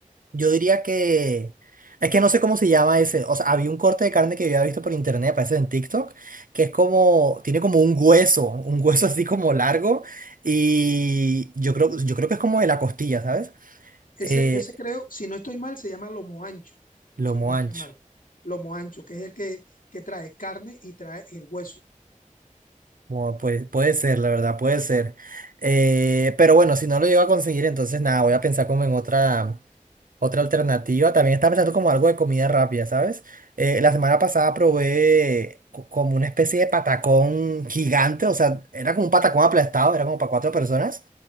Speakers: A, on the right; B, on the left.
A: Yo diría que... Es que no sé cómo se llama ese. O sea, había un corte de carne que yo había visto por internet, parece en TikTok, que es como... Tiene como un hueso, un hueso <laughs> así como largo. Y yo creo, yo creo que es como de la costilla, ¿sabes?
B: Ese,
A: Eh,
B: ese creo, si no estoy mal, se llama lomo ancho,
A: lomo
B: si no
A: ancho.
B: estoy mal. Lomo ancho, que es el que, que trae carne y trae el hueso.
A: Bueno, pues, puede ser, la verdad, puede ser. Eh, pero bueno, si no lo llego a conseguir, entonces nada, voy a pensar como en otra... Otra alternativa, también estaba pensando como algo de comida rápida, ¿sabes? Eh, la semana pasada probé co- como una especie de patacón gigante, o sea, era como un patacón aplastado, era como para cuatro personas